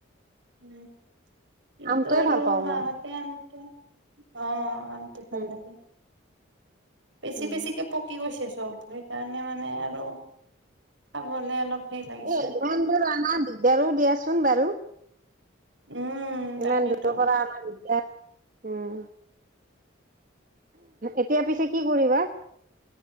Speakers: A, on the right; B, on the right.
A: উম কিন্তু
B: আমটোৱে
A: আৰু
B: ভাল পাওঁ
A: মাঁহতে
B: মই
A: এনেকে অ'। মনটো ভাল
B: উম
A: লাগে। বেছি
B: উম
A: বেছিকে পকি গৈছে চব সেইকাৰণে মানে আৰু খাবলে অলপ হেৰি লাগিছে।
B: এ, ইমান দোৰ আনা দিগদাৰো দিয়াচোন বাৰু।
A: উম, তাকেতো।
B: ইমান দূৰৰ পাৰা আনা দিগদাৰ উম। এতিয়া পিছে কি কৰিবা?